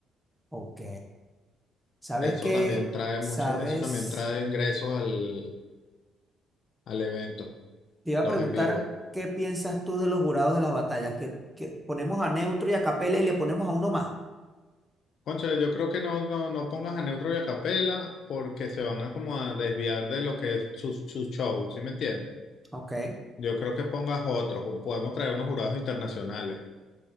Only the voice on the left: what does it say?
Eso
también trae
mucho, eso también trae ingresos al, al evento,
los
en vivo.
Cónchale, yo creo que no, no, no pongas a Neutro y a Capela porque se van a como a desviar de lo que es su, su show, ¿sí me entiendes?
Yo creo que pongas otros, podemos traer unos jurados internacionales.